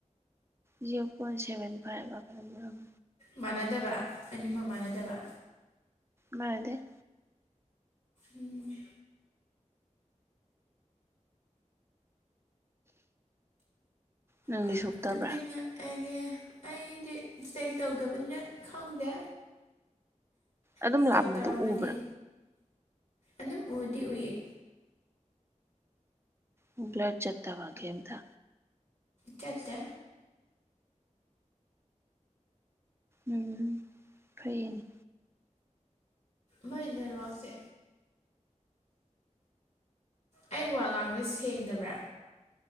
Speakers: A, on the right; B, on the left.
A: ꯖꯤꯔꯣ ꯄꯣꯏꯟꯚꯦꯟ ꯐꯥꯏꯚꯂ ꯀꯩꯅꯣꯝ ꯑꯣꯏꯔꯝꯅꯤ
B: ꯃꯥꯟꯅꯗꯕ ꯑꯅꯤꯃꯛ ꯃꯥꯟꯅꯗꯕ
A: ꯃꯥꯟꯅꯗꯦ
B: ꯎꯝ
A: ꯅꯪꯗꯤ
B: ꯍꯍ
A: ꯁꯣꯛꯇꯕ꯭ꯔꯥ
B: ꯇꯨꯝꯅꯤꯡꯉꯦ ꯑꯦꯒꯦ ꯑꯩꯗꯤ ꯏꯁꯇꯦꯛ ꯇꯧꯗꯕꯅꯤꯅ ꯈꯪꯗꯦ
A: ꯑꯗꯨꯝ
B: ꯏꯁꯇꯦꯛ
A: ꯂꯥꯞꯅꯗꯣ
B: ꯇꯧꯔꯝꯃꯗꯤ
A: ꯎꯕ꯭ꯔꯥ
B: ꯑꯗꯨꯝ ꯎꯗꯤ ꯎꯏꯌꯦ
A: ꯕꯂꯔ ꯆꯠꯇꯕ ꯀꯦꯝꯇ
B: ꯆꯠꯇꯦ
A: ꯎꯝ ꯐꯩꯌꯦꯅꯦ
B: ꯃꯥꯏ ꯅꯦꯠꯋꯥꯛꯁꯦ ꯑꯩ ꯋꯥ ꯉꯥꯡꯕꯁꯦ ꯁꯦꯡꯗꯕ꯭ꯔꯥ